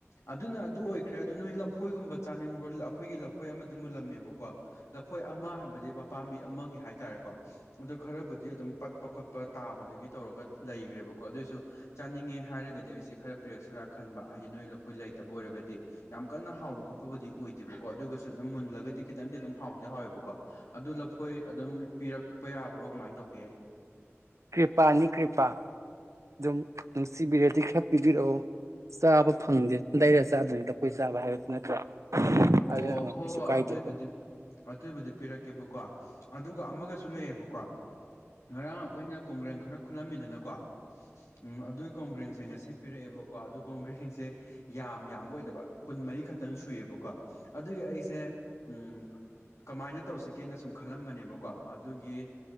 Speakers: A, on the left; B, on the right.
A: ꯑꯗꯨꯅ ꯑꯗꯨ ꯑꯣꯏꯈ꯭ꯔꯦ ꯈꯔꯦ ꯑꯗꯨꯗ ꯅꯣꯏ ꯂꯐꯣꯏꯒꯨꯝꯕ ꯆꯥꯅꯤꯡꯕ꯭ꯔꯣ ꯑꯩꯈꯣꯏꯒꯤ ꯂꯐꯣꯏ ꯑꯃꯗꯤ ꯃꯨꯜꯂꯝꯃꯦꯕꯀꯣ ꯂꯐꯣꯏ ꯑꯃ ꯍꯥꯏꯕꯗꯤ ꯄꯥꯝꯕꯤ ꯑꯃꯒꯤ ꯍꯥꯏꯇꯥꯔꯦꯀꯣ ꯑꯗꯨ ꯈꯔꯕꯨꯗꯤ ꯑꯗꯨꯝ ꯄꯠꯄ ꯈꯣꯠꯄ ꯇꯥꯕꯗꯒꯤ ꯇꯧꯔꯒ ꯂꯩꯈ꯭ꯔꯦꯕ ꯀꯣ ꯑꯗꯨꯑꯣꯏꯁꯨ ꯆꯥꯅꯤꯡꯉꯦ ꯍꯥꯏꯔꯒꯗꯤ ꯑꯩꯁꯦ ꯈꯔ ꯄꯤꯔꯛꯁꯤꯔꯥ ꯈꯟꯕ ꯍꯥꯏꯗꯤ ꯅꯣꯏ ꯂꯈꯣꯏ ꯂꯩꯇꯕ ꯑꯣꯏꯔꯒꯗꯤ ꯌꯥꯝ ꯀꯟꯅ ꯍꯥꯎꯕ ꯈꯣꯠꯄꯕꯨꯗꯤ ꯑꯣꯏꯗꯦꯕꯀꯣ ꯑꯗꯨꯒꯁꯨ ꯑꯗꯨꯝ ꯃꯨꯜꯂꯒꯗꯤ ꯈꯤꯇꯪꯗꯤ ꯑꯗꯨꯝ ꯍꯥꯎꯗꯤ ꯍꯥꯎꯋꯦꯕꯀꯣ ꯑꯗꯨ ꯈꯣꯏ ꯑꯗꯨꯝ ꯄꯤꯔꯛꯄ ꯌꯥꯕ꯭ꯔꯣ ꯀꯃꯥꯏꯅ ꯇꯧꯒꯦ
B: ꯀ꯭ꯔꯤꯄꯥꯅꯤ ꯀ꯭ꯔꯤꯄꯥ ꯑꯗꯨꯝ ꯅꯨꯡꯁꯤꯕꯤꯔꯗꯤ ꯈꯔ ꯄꯤꯕꯤꯔꯛꯑꯣ ꯆꯥꯕ ꯐꯪꯗꯦ ꯂꯩꯔ ꯆꯥꯗ꯭ꯔꯤꯉꯩꯗꯐꯣꯏ ꯆꯥꯕ ꯍꯥꯏꯕꯁꯨ ꯅꯠꯇ꯭ꯔꯥ
A: ꯑꯣ
B: ꯑꯗꯨꯅ
A: ꯍꯣ
B: ꯀꯩꯁꯨ
A: ꯍꯣꯏ
B: ꯀꯥꯏꯗꯦ
A: ꯑꯗꯨꯏꯕꯨꯗꯤ
B: ꯑꯗꯣ
A: ꯑꯗꯨꯏꯕꯨꯗꯤ ꯄꯤꯔꯛꯀꯦꯕꯀꯣ ꯑꯗꯨꯒ ꯑꯃꯒꯁꯨ ꯂꯩꯌꯦꯕꯀꯣ ꯉꯔꯥꯡ ꯑꯩꯈꯣꯏꯅ ꯀꯣꯡꯒ꯭ꯔꯦꯟ ꯈꯔ ꯈꯨꯜꯂꯝꯃꯤꯗꯅꯀꯣ ꯎꯝ ꯑꯗꯨꯏ ꯀꯣꯡꯒ꯭ꯔꯦꯡꯁꯦ ꯉꯁꯤ ꯄꯤꯔꯛꯑꯦꯕꯀꯣ ꯑꯗꯨ ꯀꯣꯡꯒ꯭ꯔꯦꯡꯁꯦ ꯌꯥꯝ ꯌꯥꯝꯕ ꯑꯣꯏꯗꯕ ꯀꯨꯟ ꯃꯔꯤꯈꯛꯇ ꯈꯤꯇꯪ ꯁꯨꯏꯑꯕꯀꯣ ꯑꯗꯨꯒꯤ ꯑꯩꯁꯦ ꯎꯝ ꯀꯃꯥꯏꯅ ꯇꯧꯁꯤꯒꯦꯅ ꯁꯨꯝ ꯈꯜꯂꯝꯕꯅꯦꯕꯀꯣ ꯑꯗꯨꯒꯤ